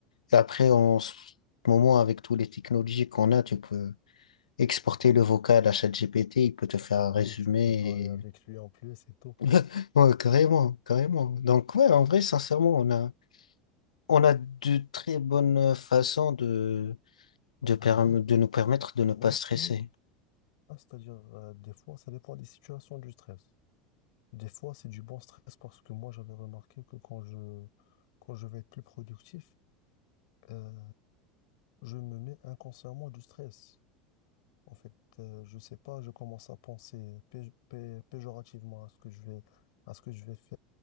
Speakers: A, on the left; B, on the left.
A: et après, en ce moment, avec toutes les technologies qu'on a, tu peux exporter le vocal à ChatGPT, il peut te faire
B: Bah
A: un
B: oui,
A: résumé.
B: tu peux parler avec lui en plus et tout.
A: et- <laughs> Ouais, carrément, carrément. Donc, ouais, en vrai, sincèrement, on a, on a de très bonnes façons de, de,
B: Bah
A: perm-
B: ouais.
A: de nous permettre de ne
B: Même
A: pas stresser.
B: si, ah, c'est-à-dire, euh, des fois, ça dépend des situations du stress. Des fois, c'est du bon stress parce que moi, j'avais remarqué que quand je, quand je vais être plus productif, euh, je me mets inconsciemment du stress. En fait, euh, je sais pas, je commence à penser pé- pé- péjorativement à ce que je vais, à ce que je vais faire,